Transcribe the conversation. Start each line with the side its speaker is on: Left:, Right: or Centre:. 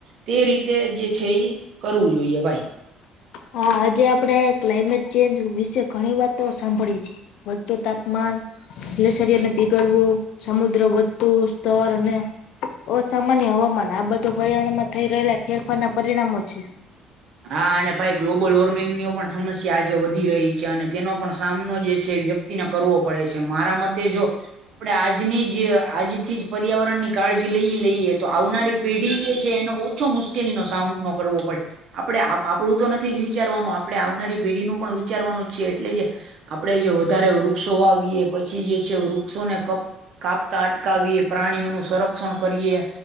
Right: તે રીતે જે છે એ કરવું જોઈએ ભાઈ
Left: હા આજે આપડણે ક્લાઇમેટ ચેન્જ વિશે ઘણી વાતો સાંભળી છે. વધતું તાપમાન એટલે શરીરને પીગળવું સમુદ્ર વધતું સ્તર અને અસામાન્ય હવામાન આ બધું પર્યાણમાં થઈ રહેલા ફેરફાર ના પરિણામો છે.
Right: હા અને ભાઈ ગ્લોબલ વોર્મિંગની પણ સમસ્યા આજે વધી રહી છે અને તેનો પણ સામનો જે છે વ્યતિ ને કરવો પડે છે મારા મતે જો આપડણે આજની જ આજથી જ પર્યાવરણ ની કાળજી લઈએ લઈએ તો આવનારી પેઢી જે છે એનો ઓછો મુશ્કેલીનો સામનો કરવો પડે આપણે આપડું તો નથી જ વિચારવાનું આપણે આવનારી પેઢીનુંું પણ વિચારવાનું જ છે એટલે જે આપડે જે વધારે વૃક્ષો વાવીએ પછી જે છે વૃક્ષોને ક કાપતા અટકાવીએ પ્રાણીઓ નું સંરક્ષણ કરીએ